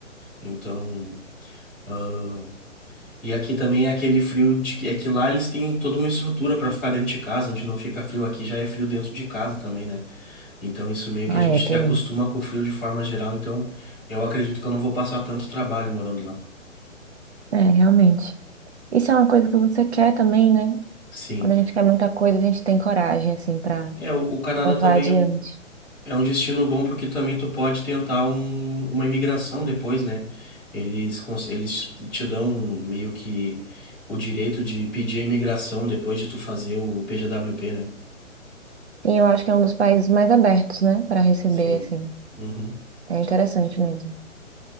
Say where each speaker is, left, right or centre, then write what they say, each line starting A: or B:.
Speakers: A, in the centre; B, on the right (about 55°).
A: Então, ah, e aqui também é aquele frio de que é que lá eles têm toda uma estrutura para ficar dentro de casa, onde não fica frio, aqui já é frio dentro de casa também, né? Então, isso meio
B: Ah,
A: que a gente
B: é, tem.
A: se acostuma com o frio de forma geral. Então, eu acredito que eu não vou passar tanto trabalho morando lá.
B: É, realmente. Isso é uma coisa que você quer também, né?
A: Sim.
B: Quando a gente quer muita coisa, a gente tem coragem, assim, pra
A: É, o, o Canadá
B: levar
A: também
B: adiante.
A: é um é um destino bom porque também tu pode tentar um- uma imigração depois, né? Eles, cons- eles te dão meio que o direito de pedir a imigração depois de tu fazer o PJWP, né?
B: E eu acho que é um dos países mais abertos, né? Pra receber,
A: Sim.
B: assim.
A: Uhum.
B: É interessante mesmo.